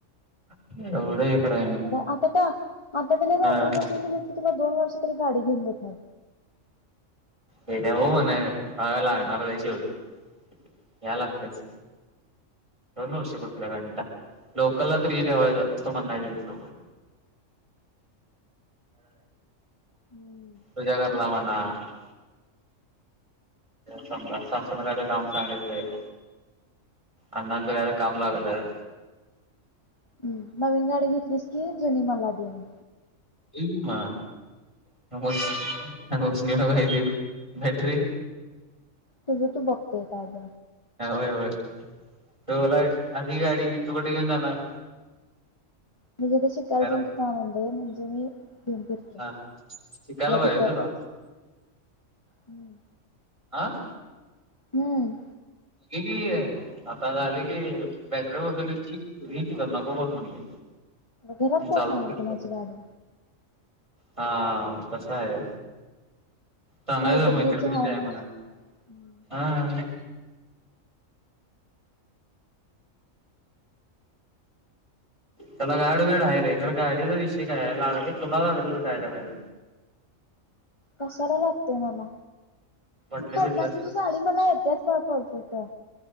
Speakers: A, on the right; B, on the left.
A: एवढं कराय नाही
B: हो आता का मता दिने ब बाटरी
A: अ
B: बसून क तुला दोन वर्ष तरी गाडी घेऊन जात ना
A: हे त्या भाऊ म्हणा ह लागणार त्या शेवटी या लागतेच दोन वर्षपठल्या गणी का लोकलला तरी ठेवायचं असं म्हण त
B: हम्म
A: तूझ्या करला म्हणाणज समजा सासूना कायच काम सांगितलंय अण्णांचं कायच काम लागलंय
B: हम् नवीन गाडी घेतलीस की जुनी मला देणे
A: इ मस नडगयतीव बट्री
B: तुझं तू बघतेय का अग
A: ह होय होय टोला अधी गाडी इ तुकठ घेऊन जाणार
B: मी जेथ शिकायला
A: अर
B: त्या तिथ आनंद आहे म्हणजे मी घेऊन फिरतो
A: हा
B: तथल्या
A: शिकायला पाहिजे
B: तिथं
A: तुला
B: हम्म
A: आह
B: हम्म
A: कि आता झाले की बॅटरी बसले ह चिकल ना ब कोण म्हणले
B: घरात
A: मी चालत
B: काय सांगणार
A: फिरतो
B: होते कुणाची गाडीये?
A: हा कसा आहे? चांगल्या
B: मैत्रिणीची
A: मैत्रिणीच
B: हाय
A: आहे
B: म्हणून
A: म्हणा की,
B: हम्म
A: हा!
B: तेच की
A: त्याला गाड वेड आहे रे, तर गाडीचा विषय काय आहे? लागल तुला लागलं तर काय करायच?
B: कसाला लागतेय मला?
A: पडलं
B: मी पडणार
A: बिडलंस
B: तुझी
A: तर
B: गाडी मला येत्याच बा पोहचवता